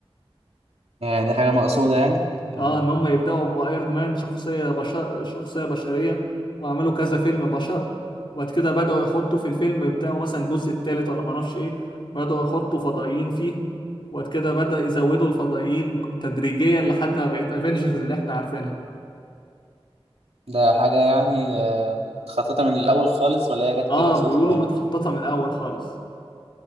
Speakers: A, on the right (about 80°); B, on the left (about 50°).
A: يعني دي حاجه مقصوده يعني يعني
B: اه ان هم يبداوا بايرون مان شخصيه بشر شخصيه بشريه وعملوا كذا فيلم بشر وبعد كده بداوا يحطوا في الفيلم بتاعه مثلا الجزء الثالث ولا ما اعرفش ايه بداوا يحطوا فضائيين فيه وبعد كده بدا يزودوا الفضائيين تدريجيا لحد ما بقت افنجرز اللي احنا عارفينها
A: ده حاجه يعني آه، متخططه من الاول خالص ولا هي جت
B: اه
A: كده صدفه
B: بيقولوا
A: يعني
B: متخططه من الاول خالص